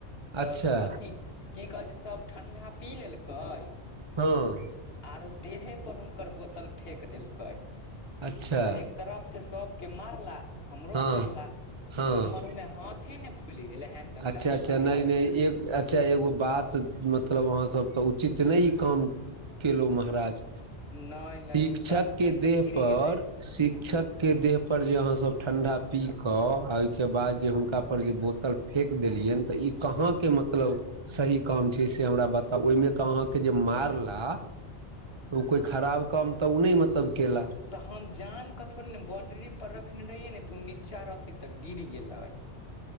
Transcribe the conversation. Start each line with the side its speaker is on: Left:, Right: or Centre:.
Left: तो
Right: अच्छा
Left: अथी की कहै छै सभ ठं्डा पी लेलकै
Right: हँ
Left: आरो देहे पर हुनकर बोतल फेेक देलकै
Right: अच्छा
Left: तऽ एक तरफ सऽ सब के मारला तऽ हमरो
Right: हँ
Left: मारला
Right: हँ
Left: तऽ हमर उमे हाथे नऽ फुलि गेलै हेन डंटा
Right: अच्छा
Left: ने
Right: अच्छा
Left: मारले
Right: नहि नहि एक अच्छा एगो बात मतलब अहाँ सब तऽ उचित नहि ई काम केलहु महाराज
Left: नहि नहि
Right: शिक्षक
Left: ओ गलती
Right: के
Left: से
Right: देह
Left: गिर
Right: पर
Left: गेलै रहे
Right: शिक्षक के देह पर जे अहाँ सब ठण्डा पीक कऽ आओर ओहिके बाद जे हुनका पर जे बोतल फेक देलियअनि तऽ ई कहाँ के मतलब सही काम छै से हमरा बता तऽ ओहिमे तऽ अहाँके जे मारला तऽ ओ कोई
Left: हँ
Right: खराब कम तऽ ओ नहि मतलब केला
Left: तऽ हम जान के थोड़ी बाउंड्री पर रखने रहियै ने तऽ नीचा रहथि तऽ गिर गेले <inaudible>